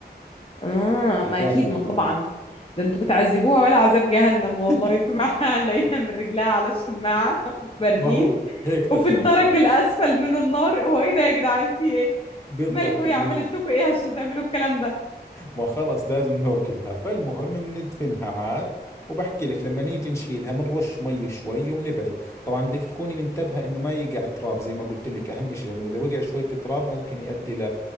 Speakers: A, on the left; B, on the left.
A: آه ما
B: زاكي
A: أكيد
B: كثير
A: ما طبعا ده انتوا بتعذبوها ولا عذاب جهنم والله
B: <laughs>
A: انتوا معاها <laughs> لقينا من رجلها على شماعة <laughs> وفي برميل
B: ما هو هيك تقريبا
A: وفي الدرك الأسفل من النار هو ايه ده يا جدعان في ايه
B: بالضبط
A: مالكوا
B: من
A: هي عملت لكم ايه عشان تعملوا الكلام ده
B: ما خلص لازم ناكلها فالمهم بندفنها عاد وبحكي لك لما نيجي نشيلها بنرش مي شوي وبنبعد طبعا بدك تكوني منتبهة انه ما يقع تراب زي ما قلت لك اهم شيء لانه اذا وقع شوية تراب ممكن يؤدي ل